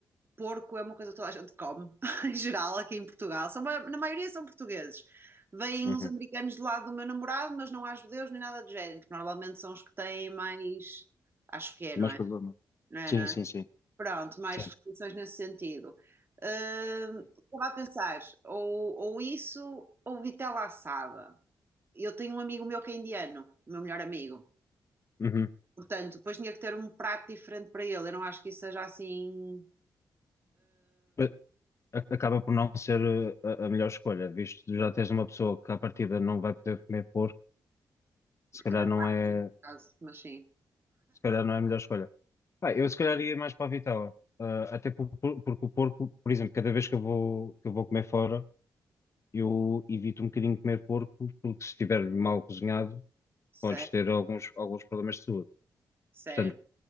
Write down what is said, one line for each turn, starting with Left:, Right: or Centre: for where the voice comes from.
Right: porco é uma coisa que toda a gente come, <laughs> em geral, aqui em Portugal? São, ma- na maioria são portugueses. Vêm
Left: uhum.
Right: uns americanos do lado do meu namorado, mas não há judeus nem nada do género. porque Normalmente são os que têm mais. Acho que é,
Left: Mais
Right: não é?
Left: problema.
Right: Não é,
Left: Sim,
Right: não é?
Left: sim, sim.
Right: Pronto, mais
Left: Sim.
Right: restrições nesse sentido. Hum, estava a pensar, ou, ou isso, ou vitela assada eu tenho um amigo meu que é indiano, o meu melhor amigo.
Left: Uhum.
Right: Portanto, depois tinha que ter um prato diferente para ele. Eu não acho que isso seja assim
Left: Mas a- Acaba por não ser uh, a, a melhor escolha, visto que já tens uma pessoa que à partida não vai poder comer porco, se calhar
Right: caso
Left: não
Right: a
Left: é,
Right: caso, mas sim.
Left: se calhar não é a melhor escolha. Ah, eu se calhar ia mais para a vitela, Ah, até por- por- porque o porco, por exemplo, cada vez que eu vou, que eu vou comer fora, eu evito um bocadinho comer porco, porque se estiver mal cozinhado,
Right: Certo,
Left: podes ter alguns, alguns problemas de saúde.
Right: certo.
Left: Portanto,